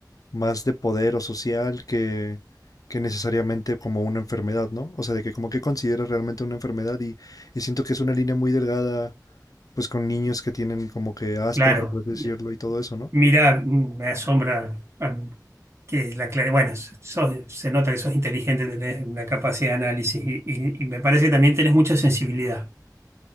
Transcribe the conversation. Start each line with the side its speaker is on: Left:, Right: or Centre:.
Left: más de poder o social que que necesariamente como una enfermedad, ¿no? O sea, de que como que consideras realmente una enfermedad y, y siento que es una línea muy delgada pues con niños que tienen como que Asperger,
Right: Claro,
Left: por así decirlo, y todo eso, ¿no?
Right: mira, mm, me asombra mm, que la claridad, bueno, s- sos- se nota que sos inteligente, tenés una capacidad de análisis y, y- y me parece que también tenés mucha sensibilidad.